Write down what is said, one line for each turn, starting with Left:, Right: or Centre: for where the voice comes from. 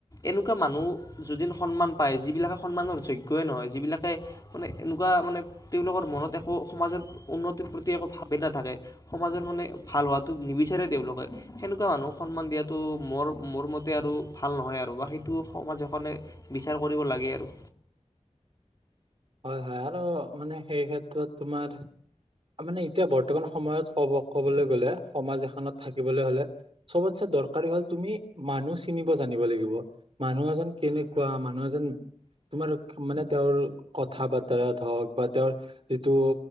Left: এনেকুৱা মানুহ যদিন সন্মান পায় যিবিলাকে সন্মানৰ যোগ্যই নহয় যিবিলাকে মানে এনেকুৱা মানে তেওঁলোকৰ মনত একো সমাজৰ উন্নতিৰ প্ৰতি একো ভাৱে নাথাকে সমাজৰ মানে ভাল হোৱাটো নিবিচাৰে তেওঁলোকে সেনেকুৱা মানুহক সন্মান দিয়াতটো মোৰ-মোৰ মতে আৰু ভাল নহয় আৰু বা সেইটো সমাজ এখনে বিচাৰ কৰিব লাগে আৰু।
Right: হয় হয় আৰু মানে সেই ক্ষেত্ৰত তোমাৰ আমি মানে এতিয়া বৰ্তমান সময়ত কব কবলে গলে সমাজ এখনত থাকিবলে হলে চবতচে দৰকাৰী হল তুমি মানুহ চিনিব জানিব লাগিব। মানুহ এজন কেনেকুৱা মানুহ এজন তোমাৰ মানে তেওঁৰ কথা বতৰাত হওক বা তেওঁৰ যিটো